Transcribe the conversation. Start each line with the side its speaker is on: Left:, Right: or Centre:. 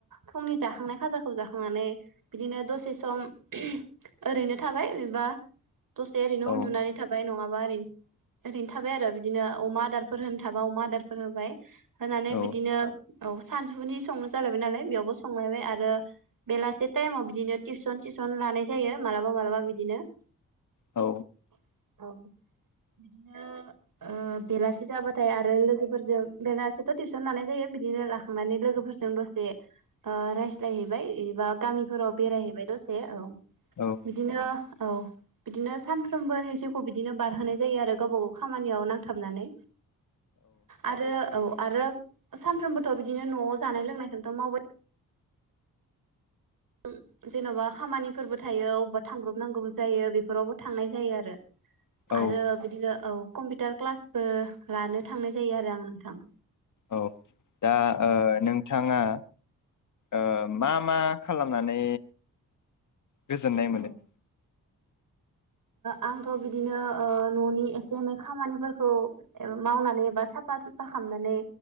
Right: फुंनि जाखांनाय खाजाखौ जाखांनानै बिदिनो दसे सम <unintelligible> ओरैनो थाबाय बेबा दसे ओरैनो उन्दुनानै
Left: औ
Right: थाबाय नङा बा ओरै ओरैनो थाबाय आरो बिदिनो अमा आदारफोर होनो थाबा अमा आदारफोर होबाय होनानै
Left: औ
Right: बिदिनो औ सानजौफुनि संनो जालायबाय नालाय बेयावबो संलायबाय आर ओ बेलासे थायेमाव बि बिदिनो टिउसन सिउसन लानाय जायो मालाबा मालाबा बिदिनो।
Left: औ।
Right: औ। बिदिनो ओ बेलासि जाबाथाय आरो लोगोफोरजों बेलासेथ' टिउसन लानाय जायो मि बिदिनो लाखांनानै लोगोफोरजों दसे ओ रायज्लायहैबाय एबा गामिफोराव बेरायहैबाय दसे औ
Left: औ
Right: बिदिनो औ बिदिनो सान सानफ्रोमबोनि जिउखौ बिदिनो बारहोनाय जायो आरो। गावबा गाव खामानियाव नांथा खालामनानै। आरो औ आरो सानफ्रोमबोथ' बिदिनो न'आव जानाय लोंनायखौथ' मावबाय उम जेन'बा खामानिफोरबो थायो अबावबा थांब्रबनांगौबो जायो बेफोरावबो थांनाय जायो आरो।
Left: औ
Right: आरो बिदिनो औ। कम्पिटार क्लासबो लानो थांनाय जायो आरो आं नोंथां।
Left: औ। दा ओ
Right: औ
Left: नोंथाङा ओ
Right: औ
Left: मा मा। खालामनानै। गोजोननाय
Right: औ
Left: मोनो।
Right: आंथ बिदिनो ओ ननि। जेनै खामानिफोरखौ। मावनानै एबा साफा सुफा खालामामनानै